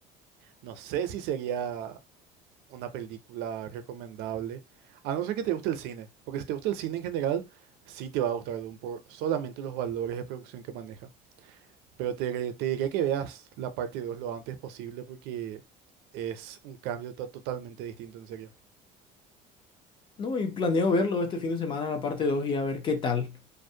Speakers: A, on the right; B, on the left.
A: no sé si sería una película recomendable, a no ser que te guste el cine, porque si te gusta el cine en general, sí te va a gustar Dune por solamente los valores de producción que maneja. Pero te, te diría que veas la parte 2 lo antes posible porque es un cambio to- totalmente distinto, en serio.
B: No, y planeo verlo este fin de semana, la parte 2 y a ver qué tal.